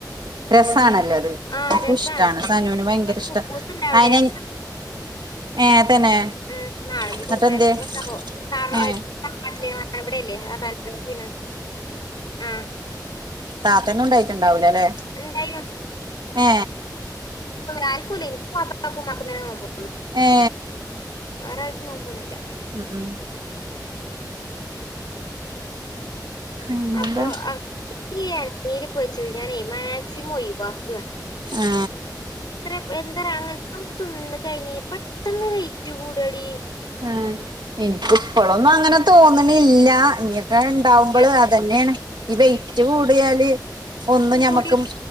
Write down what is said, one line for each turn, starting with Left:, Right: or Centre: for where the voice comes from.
Right: രസാണല്ലോ അത് എനിക്കും
Left: ആഹ രസാണ്
Right: ഇഷ്ടാണ് സനുവിന് ഭയങ്കര ഇഷ്ട
Left: കുബ്ബൂസ്ണ്ട അവിടെ
Right: അയിന്
Left: <inaudible>
Right: ഏ തന്നെ
Left: മ് നാളഞ്ഞ്
Right: എന്നിട്ട്
Left: കൊടുത്തയക്കുബം
Right: എന്ത്യേ
Left: എന്താവോ
Right: ഏ
Left: <inaudible> കാട്ടില എവിടെല്ലേ <unintelligible> ആഹ
Right: താത്തെന്നും ഇണ്ടായിട്ടുണ്ടാവൂല ല്ലേ
Left: ഇണ്ടെയിനു
Right: ഏ
Left: ആർക്കുല്ല ഇൻകും വാപ്പാക്കും ഇമ്മാക്കുന്നേ നോമ്പൊള്ളൂ
Right: ഏ
Left: വേറെ ആർക്കും നോമ്പൊന്നുല്ല
Right: മ് മ് പിന്നെന്താ
Left: അപ്പൊ ആഹ ഈ എണ്ണീല് പോരിച്ചത് ഞാനേ മാക്സിമം ഒഴിവാക്കാണ്
Right: ഏ
Left: എത്ര എന്താറിയോ അങ്ങൻതത് തിന്ന് കഴിഞ്ഞാ പെട്ടന്ന് വെയിറ്റ് കൂടാഡി
Right: ആഹാ ഇൻക്ക് ഇപ്പോളൊന്നും അങ്ങനെ തോന്ന്ണില്ല ഇനിയൊക്കെ ഇണ്ടാവുമ്പള്
Left: അത്
Right: അതന്നെയാണ് ഈ വെയിറ്റ് കൂടിയാല് ഒന്നും ഞമ്മക്ക്
Left: കൂടി